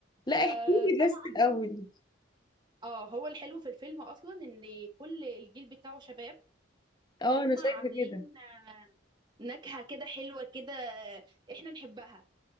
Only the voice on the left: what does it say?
لا احكي
لي
بس الاول
اه انا شايفه
كده